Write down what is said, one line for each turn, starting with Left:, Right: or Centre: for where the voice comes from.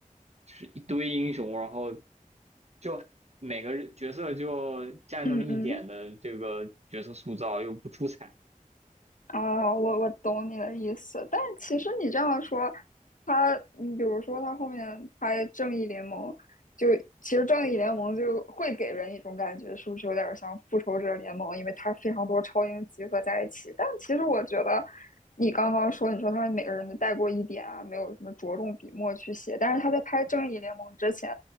Right: 就是一堆英雄，然后就每个人角色就占那么一点的这个角色塑造，
Left: 嗯嗯
Right: 又不出彩，
Left: 啊，我我懂你的意思，但是其实你这样说，他，你比如说他后面拍《正义联盟》就，其实《正义联盟》就会给人一种感觉，是不是有点像《复仇者联盟》？因为它非常多超英集合在一起。但其实我觉得，你刚刚说，你说他每个人都带过一点啊，没有什么着重笔墨去写。但是他在拍《正义联盟》之前，